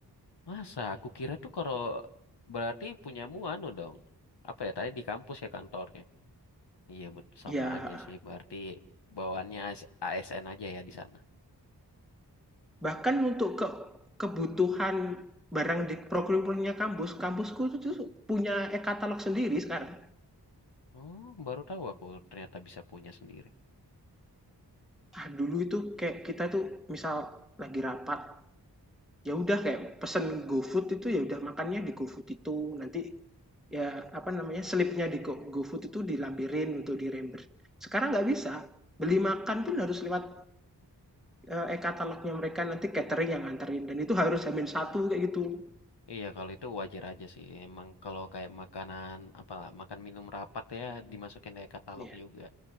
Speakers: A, on the left; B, in the centre.
A: masa aku kira tuh kalau berarti punyamu anu dong. Apa ya tadi di kampus ya kantornya? Iya bet- sama
B: Ya
A: aja sih, berarti bawaannya AS- ASN aja ya di sana.
B: Bahkan untuk ke kebutuhan barang di procurement-nya kampus, kampusku itu punya e-katalog sendiri sekarang.
A: Oh, baru tahu aku ternyata bisa punya sendiri.
B: Ah, dulu itu kayak kita tuh misal lagi rapat, ya udah kayak pesen GoFood itu ya udah makannya di GoFood itu. Nanti ya apa namanya slipnya di Go- GoFood itu dilampirin untuk di reimburse. Sekarang nggak bisa. Beli makan pun harus lewat eh, e-katalognya mereka nanti catering yang nganterin dan itu harus hamin satu kayak gitu.
A: Iya, kalau itu wajar aja sih. Emang kalau kayak makanan apa makan minum rapat ya dimasukin kayak katalog
B: Iya.
A: juga.